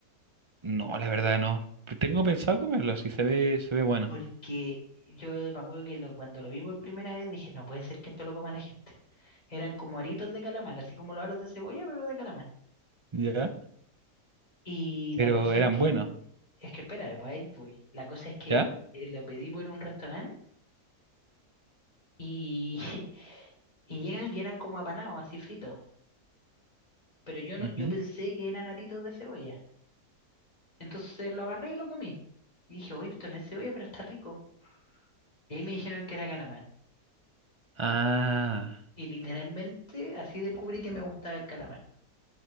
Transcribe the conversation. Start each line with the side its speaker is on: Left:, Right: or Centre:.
Right: No, la verdad no. Pues Tengo pensado comerlo, si se ve, se ve bueno.
Left: porque yo me acuerdo que lo- cuando lo vi por primera vez dije, no puede ser que esto lo coma la gente. Eran como aritos de calamar, así como los aros de cebolla, pero de calamar.
Right: ¿Ya?
Left: Y
Right: Pero
Left: la cosa
Right: eran
Left: es
Right: buenos,
Left: Es que espérame, pues ahí voy. La cosa es que
Right: ¿ya?
Left: eh, lo pedimos en un restaurante y, <laughs> y llegan y eran como apanados, así fritos. Pero yo no,
Right: Ujú.
Left: yo pensé que eran aritos de cebolla. Entonces lo agarré y lo comí. Y dije, uy, esto no es cebolla, pero está rico. Y ahí me dijeron que era calamar.
Right: Ah.
Left: Y literalmente así descubrí que me gustaba el calamar,